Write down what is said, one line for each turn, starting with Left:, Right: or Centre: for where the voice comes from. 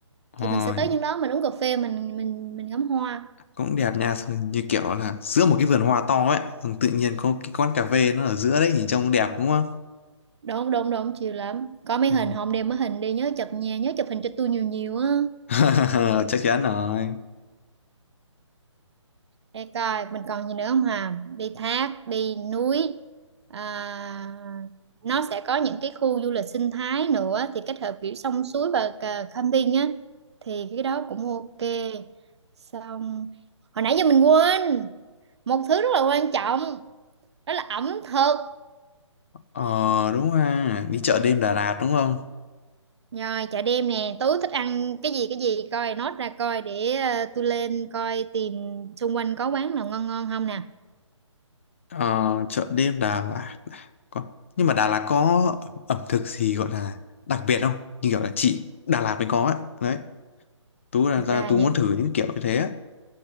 Left: Ờ,
Right: Thì mình sẽ tới những đó mình uống cà phê mình mình mình ngắm hoa.
Left: cũng đẹp nha, Xong như kiểu là giữa một cái vườn hoa to ấy, xong tự nhiên có cái quán cà phê nó ở giữa đấy, nhìn trông cũng đẹp đúng không?
Right: Độn độn độn chiều lắm. Có mấy
Left: Ồ.
Right: hình hôm đem mấy hình đi nhớ chụp nha, nhớ chụp hình cho tôi nhiều nhiều á.
Left: <laughs> chắc chắn rồi
Right: Để coi mình còn gì nữa không hà đi thác đi núi à, nó sẽ có những cái khu du lịch sinh thái nữa thì kết hợp kiểu sông suối và cờ- camping á thì cái đó cũng ok xong hồi nãy giờ mình quên một thứ rất là quan trọng đó là ẩm thực
Left: ờ đúng ha đi chợ đêm Đà Lạt đúng không
Right: rồi chợ đêm nè tối thích ăn cái gì cái gì coi nốt ra coi để ờ, tôi lên coi tìm xung quanh có quán nào ngon ngon không nè
Left: ờ chợ đêm Đà Lạt có nhưng mà Đà Lạt có ẩm thực gì gọi là đặc biệt không như kiểu là chị Đà Lạt mới có ấy. đấy Tú là
Right: thật
Left: ra
Right: ra
Left: Tú
Right: những
Left: muốn thử những kiểu như thế á